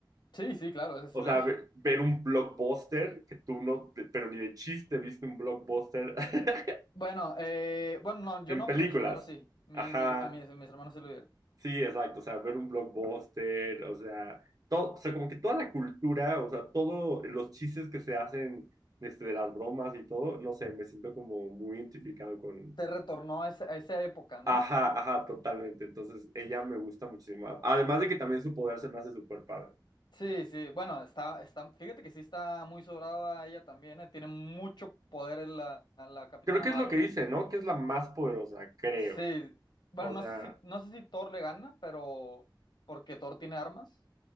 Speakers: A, on the left; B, on the right.
A: Sí, sí, claro, eso sí
B: O
A: lo
B: sea,
A: vi.
B: ve-
A: <laughs>
B: ver un blockbuster que tú no, pero ni de chiste viste un blockbuster <laughs>
A: Bueno, eh, bueno, no, yo
B: en
A: no,
B: películas.
A: pero mis hermanos sí. Mi-
B: Ajá,
A: mi- a mis, mis hermanos sí lo vieron.
B: sí, exacto. O sea, ver un blockbuster, o sea, todo, o sea, como que toda la cultura, o sea, todos los chistes que se hacen este, de las bromas y todo, no sé, me siento como muy identificado con...
A: Te retornó a, ese- a esa época, ¿no?
B: Ajá, ajá, totalmente. Entonces, ella me gusta muchísimo. Además de que también su poder se me hace súper padre.
A: Sí, sí. Bueno, está, está, fíjate que sí está muy sobrada ella también, eh, Tiene mucho poder en la, la Capitana
B: Creo que
A: Marvel,
B: es lo que dice,
A: ¿eh?
B: ¿no? Que es la más poderosa, creo.
A: Sí. Bueno,
B: O
A: no
B: sea...
A: sé si, no sé si Thor le gana, pero porque Thor tiene armas,